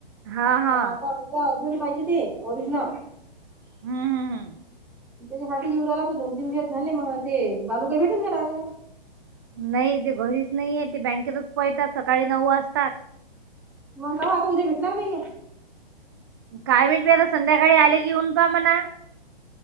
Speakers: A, on the right; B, in the centre.
A: हा हा
B: त आता उद्या अर्जंट पाहिजे ते ओरिजनल.
A: हम्म हम्म हम्म..
B: त्याच्या साठी येऊ राहिला तो दोन तीन दिवस झाले म ते बालू काही भेटून नाही राहिले.
A: नाही ते घरीच नाहीयेत ते बँकेतच पळतात सकाळी नऊ वाजताच.
B: मंग का हो आता उद्या भेटणार नाहीये.
A: काय माहित बाई आता संध्याकाळी आले की यून पहा म्हणा.